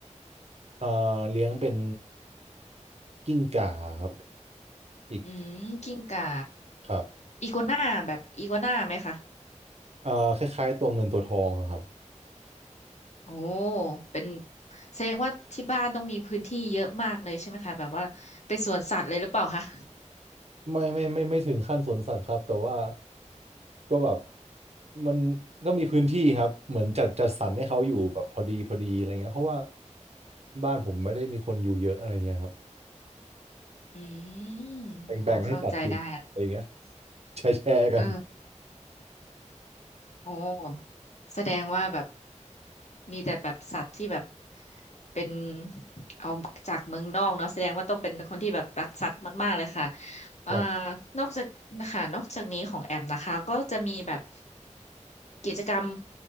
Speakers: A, on the right; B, on the left.
A: เอ่อเลี้ยงเป็นกิ้งก่าครับอีก
B: อืมกิ้งก่า
A: ครับ
B: อีกัวน่าแบบอีกัวน่าไหมคะ
A: เอ่อคล้ายๆตัวเงินตัวทองอะครับ
B: โอ้ เป็นแสดงว่าที่บ้านต้องมีพื้นที่เยอะมากเลยใช่ไหมคะแบบว่าเป็นสวนสัตว์เลยหรือเปล่าคะ
A: ไม่ไม่ไม่ไม่ถึงขั้นสวนสัตว์ครับแต่ว่าก็แบบมันก็มีพื้นที่ครับเหมือนจัดจัดสรรให้เขาอยู่แบบพอดีพอดีอะไรเงี้ยเพราะว่า
B: อืม
A: บ้านผมไม่ได้มีคนอยู่เยอะอะไรเงี้ยครับ
B: อืม
A: แบ่งแบ่งให้สัตว์อยู่อะไรเงี้ย
B: พอเข้าใจได้
A: แชร์แชร์กัน
B: เออ โอ้แสดงว่าแบบมีแต่แบบสัตว์ที่แบบเป็นเอาจากเมืองนอกเนาะแสดงว่าต้องเป็นคนที่แบบรักสัตว์มากๆเลยค่ะอ่า
A: ครับ
B: นอกจากนะคะนอกจากนี้ของแอมนะคะก็จะมีแบบกิจกรรม